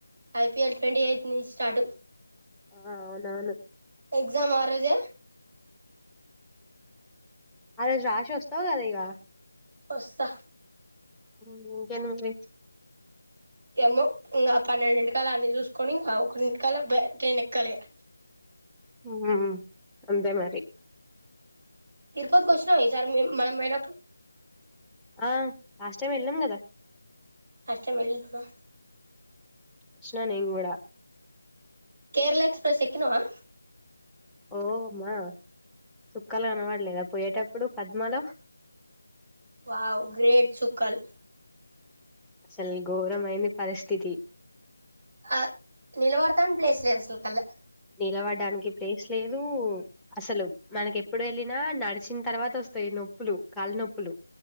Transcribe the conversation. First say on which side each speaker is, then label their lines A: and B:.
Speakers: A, on the right; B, in the centre.
A: ఐపీఎల్ ట్వంటీ ఎయిత్ నుంచి స్టార్ట్
B: ఆ అవునవును
A: ఎక్సమ్ ఆ రోజే
B: ఆ రోజు రాసి వస్తావు కదా ఇగ
A: వస్తా
B: హ్మ్ జనవరి
A: ఏమో ఇంకా పన్నెండింటికాల అన్ని చూసుకొని ఇంగ ఒకన్నింటకాల బ ట్రైన్ ఏకలా ఇగ
B: హ్మ్ అంతే మరి
A: తిరుపతికి వచ్చినాం ఈసారి మే మనం పోయినప్పుడు
B: ఆ లాస్ట్ టైమ్ వెళ్ళాం కదా
A: లాస్ట్ టైం వెళ్ళావ్ గ
B: చూస్నా నేన్ కూడా
A: కేరళ ఎక్స్ప్రెస్ ఎక్కినవా
B: ఓ అమ్మా సుక్కాలు కనపడలేదా పోయేటప్పుడు పద్మలో
A: వావ్ గ్రేడ్ చుక్కల్
B: అసలు ఘోరమైనది పరిస్థితి
A: ఆ నిల్బడ్తామ్ ప్లేస్లేస్ స్లో కల్లా
B: నిలవడడానికి ప్లేస్ లేదు అసలు మనకి ఎప్పుడు వెళ్ళినా నడిచిన తర్వాత వస్తాయి నొప్పులు కాళ్ళ నొప్పులు